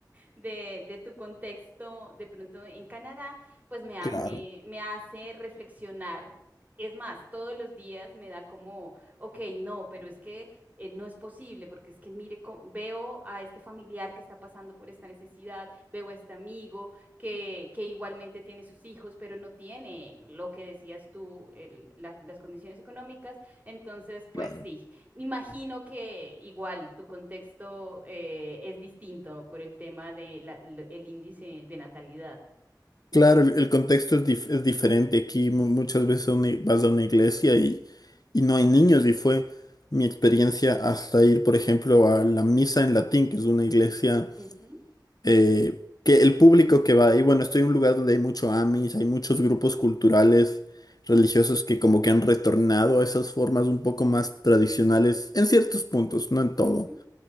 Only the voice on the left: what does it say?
claro,
claro.
Claro, el, el contexto es, dif- es diferente. Aquí mu- muchas veces a una i- vas a una iglesia y, y no hay niños y fue mi experiencia hasta ir, por ejemplo, a la misa en latín, que es una iglesia
eh, que el público que va ahí, bueno, estoy en un lugar donde hay mucho Amish, hay muchos grupos culturales religiosos
que como que han retornado a esas formas un poco más tradicionales en ciertos puntos, no en todo.